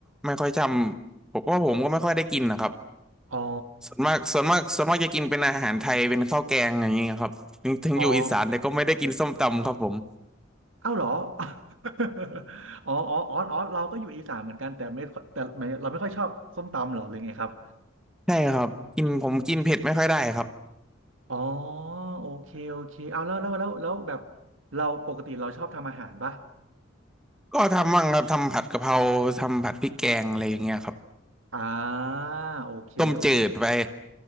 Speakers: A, in the centre; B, on the right.
A: ไม่ค่อยจำผมว่าผมก็ไม่ค่อยได้กินนะครับ
B: อ๋อ
A: ส่วนมากส่วนมากส่วนมากจะกินเป็นอาหารไทยเป็นข้าวแกงอย่างเงี้ยครับถึงถึงอยู่อีสานแต่ก็ไม่ได้กินส้มตำครับผม
B: อ๋อเอ้าเหรอ <laughs> อ๋อ อ๋อ อ๋อ อ๋อ เราก็อยู่อีสานเหมือนกันแต่ไม่ค่อยแต่ไม่เราไม่ค่อยชอบส้มตำเหรอหรือไงครับ
A: ใช่ครับกินผมกินเผ็ดไม่ค่อยได้ครับ
B: อ๋อ โอเคโอเคเอาแล้วแล้วแล้วแล้วแบบเราปกติเราชอบทำอาหารปะ
A: ก็ทำบ้างครับทำผัดกะเพราทำผัดพริกแกงอะไรอย่างเงี้ยครับ
B: อ่าโอเคโอเค
A: ต้มจืดไป